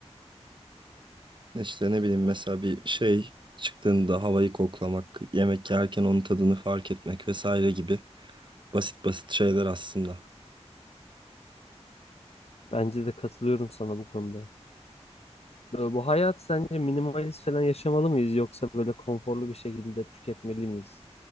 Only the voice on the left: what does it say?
Bence de katılıyorum sana bu konuda. Böyle bu hayat sence minimalist falan yaşamalı mıyız yoksa böyle konforlu bir şekilde tüketmeli miyiz?